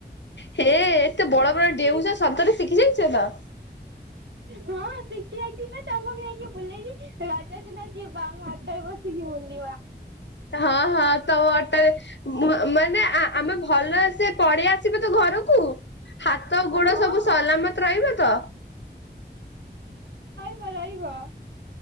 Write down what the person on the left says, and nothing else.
ହେ ଏତେ ବଡ ବଡ ଡେଉଁଛ ସତରେ ଶିଖି ଯାଇଛ ତ
ହଁ ହଁ ତୋ ଅଟରେ ମାନେ ଆମେ ଭଲ ସେ ପଢେଇ ଆସିବା ତ ଘରକୁ ଆ କ <inaudible> ହାତ
ଗୋଡ ସବୁ ସଲାମତ ରହିବ ତ